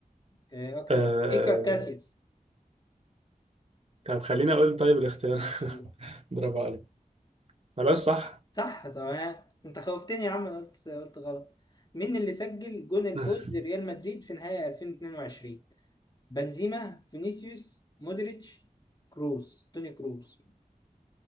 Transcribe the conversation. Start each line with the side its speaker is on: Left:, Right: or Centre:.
Left: آه، اكتر
Right: آه
Left: ايكر كاسياس
Right: طب خليني اقول طيب الاختيار
Left: ماشي
Right: <laughs> برافو عليك خلاص صح
Left: صح طبعا انت خوفتني يا عم انا قلت قلت غلط مين اللي سجل جون الفوز
Right: <laughs>
Left: لريال مدريد في نهائي 2022 بنزيما فينيسيوس مودريتش كروس توني كروس